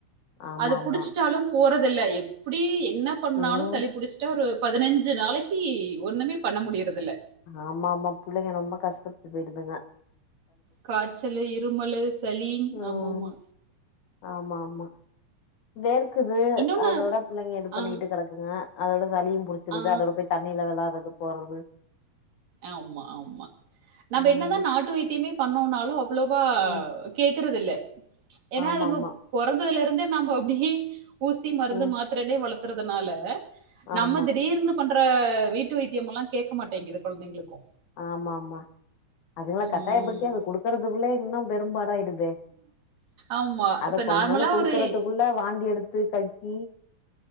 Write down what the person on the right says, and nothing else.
அது
புடிச்சிட்டாலு போறதில்ல எப்டி என்ன பண்ணாலு
சளி புடிச்சிட்டா ஒரு பதினஞ்சு நாளைக்கி ஒண்ணுமே பண்ண முடியறதில்ல
காச்சலு இருமலு சளி
ஆமா ம்மா
இன்னொன்னு
ஆ,
ஆ.
ஆமா ஆமா நம்ம
என்னதா நாட்டு வைத்தியமே பண்ணோம்னாலு அவ்ளோவா
கேக்குறது இல்ல ஏன்னா
அதுங்க
பொறந்ததுல இருந்தே நம்ப அப்டியே ஊசி மருந்து
மாத் திரைலே வளத்துறதனால நம்ம
திடீர்னு பண்ற வீட்டு வைத்திய எல்லா கேட்க மாட்டேங்குது கொழந்தைங்களுக்கு
உம்
ஆமா
இப்ப
நார்மலா
ஒரு